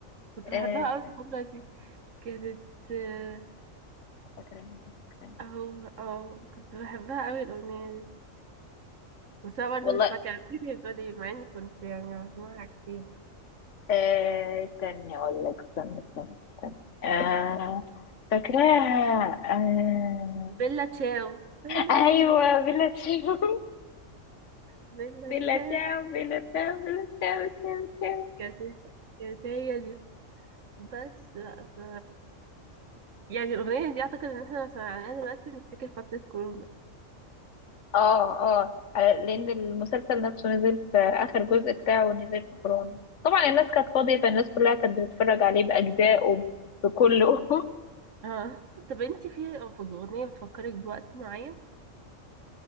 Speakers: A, on the right (about 70°); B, on the left (about 65°).
A: كنت بحبها
B: آه، استنى
A: أوي الفترة دي كانت آه،
B: فاكرة هنا، فاكرة.
A: اهو اه كنت بحبها أوي الأغنية دي بس انا
B: والله
A: برضه مش فاكره نسيت هي بتقول ايه مع اني كنت يعني بسمعها كتير
B: آه، استني اقول لك استنى استنى استنى آه، فاكراها آه،
A: بيلا تشاو بيلا
B: ايوه
A: تشاو
B: بلا تشاو
A: بيلا
B: بلا
A: تشاو
B: تشاو بلا تشاو بلا تشاو تشاو تشاو
A: كانت كانت هي دي بس لا ف... يعني الاغنيه دي اعتقد ان احنا لو سمعناها دلوقتي نفتكر فتره كورونا
B: اه اه آه، لان المسلسل نفسه نزل في اخر جزء بتاعه نزل في كورونا طبعا الناس كانت فاضيه فالناس كلها كانت بتتفرج عليه باجزائه بكله
A: اه طب انتي في في اغنيه بتفكرك بوقت معين